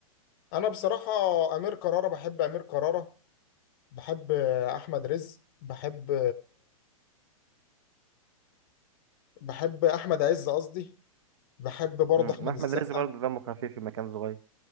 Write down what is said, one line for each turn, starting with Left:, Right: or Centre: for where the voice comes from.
Left: انا بصراحه امير كرارة بحب امير كرارة بحب احمد رزق بحب بحب احمد عز قصدي بحب برضه
Right: امم
Left: احمد
Right: احمد
Left: السقا
Right: رزق برضه دمه خفيف في مكان صغير